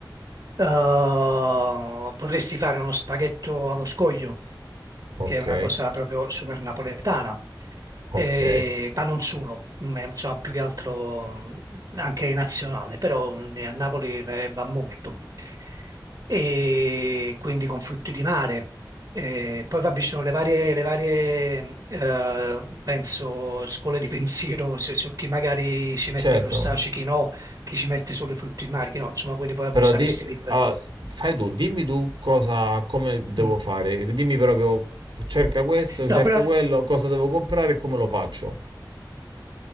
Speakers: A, on the right; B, on the right.
A: eh, potresti fare uno spaghetto allo scoglio,
B: Ok,
A: che è una cosa proprio super napoletana,
B: ok,
A: Eh, ma non solo, mm, è, insomma, più che altro mm, anche nazionale, però eh, a Napoli eh, va molto e quindi con frutti di mare. Eh, poi vabbè, ci sono le varie, le varie eh, penso, scuole di pensiero su, su chi magari ci mette
B: certo.
A: i crostacei, chi no, chi ci mette solo i frutti di mare, chi no, insomma, quindi poi vabbè,
B: Però
A: saresti
B: di,
A: libero.
B: ah, fai tu, dimmi tu cosa, come devo
A: Mm.
B: fare. Dimmi proprio, cerca questo, cerca
A: No, però
B: quello, cosa devo comprare e come lo faccio.